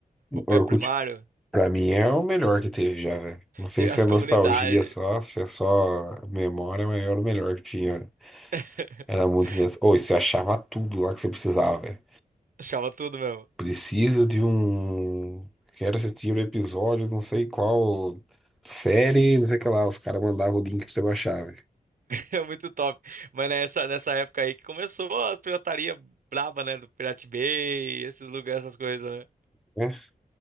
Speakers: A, on the right; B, in the centre.
A: pro pré-primário.
B: Orkut, pra mim, é o melhor que teve já, velho. Não sei
A: Tem
B: se
A: As
B: é
A: comunidades.
B: nostalgia só, se é só memória, mas era o melhor que tinha.
A: <laughs>
B: Era muito engraçado. Ou você achava tudo lá que você precisava, velho.
A: Achava tudo mesmo. <laughs>
B: Preciso de um. Quero assistir o episódio, não sei qual série, não sei o que lá. Os caras mandavam o link pra você baixar, velho.
A: É muito top. Mas nessa, nessa época aí que começou as pirataria braba, né? Do Pirate Bay, esses lugares, essas coisas, né?
B: É,